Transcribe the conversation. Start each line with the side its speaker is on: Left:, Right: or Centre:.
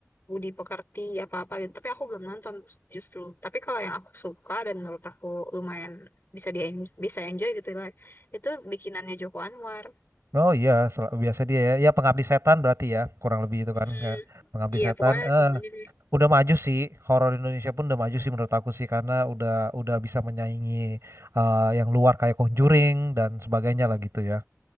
Left: Budi Pekerti apa-apa gitu. Tapi aku belum nonton justru. Tapi kalau yang aku suka dan menurut aku lumayan bisa di bisa enjoy gitu lah. Itu bikinannya Joko Anwar.
Right: Oh iya, sel- biasa dia ya. Ya Pengabdi Setan berarti ya kurang lebih itu
Left: Mm-mm.
Right: kan Ya, Pengabdi
Left: Iya
Right: Setan.
Left: pokoknya
Right: eh
Left: semuanya deh.
Right: udah maju sih horor Indonesia pun udah maju sih menurut aku sih karena udah udah bisa menyaingi eh, yang luar kayak Conjuring dan sebagainya lah gitu ya.